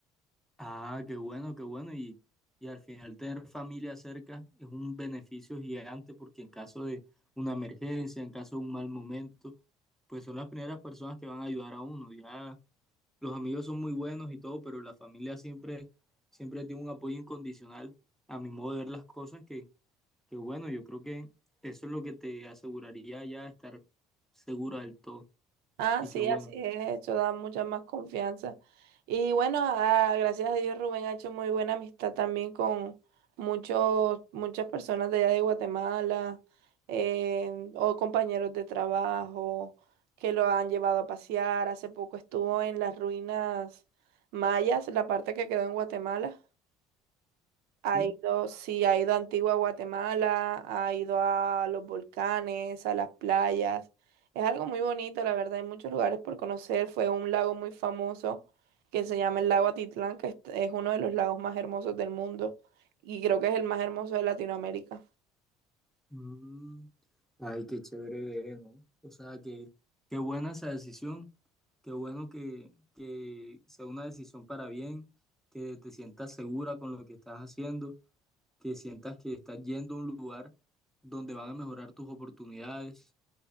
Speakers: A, in the centre; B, on the right (about 70°).
A: Ah, qué bueno, qué bueno. Y, y al final tener familia cerca es un beneficio gigante porque en caso de una emergencia, en caso de un mal momento, pues son las primeras personas que van a ayudar a uno. Ya los amigos son muy buenos y todo, pero la familia siempre, siempre tiene un apoyo incondicional a mi modo de ver las cosas que, que bueno, yo creo que eso es lo que te aseguraría ya estar segura del todo.
B: Ah,
A: Y
B: sí,
A: qué bueno,
B: así es, eso da mucha más confianza. Y bueno, ah, gracias a Dios Rubén ha hecho muy buena amistad también con muchos, muchas personas de allá de Guatemala, eh, o compañeros de trabajo que lo han llevado a pasear. Hace poco estuvo en las ruinas mayas, la parte que quedó en Guatemala.
A: ¿sí?
B: Ha ido, sí, ha ido a Antigua Guatemala, ha ido a los volcanes, a las playas. Es algo muy bonito, la verdad, hay muchos lugares por conocer. Fue a un lago muy famoso que se llama el lago Atitlán, que es es uno de los lagos más hermosos del mundo y creo que es el más hermoso de Latinoamérica.
A: Mm, Ay, qué chévere ver, ¿no? O sea, que, qué buena esa decisión, qué bueno que, que sea una decisión para bien, que te sientas segura con lo que estás haciendo, que sientas que estás yendo a un lugar donde van a mejorar tus oportunidades.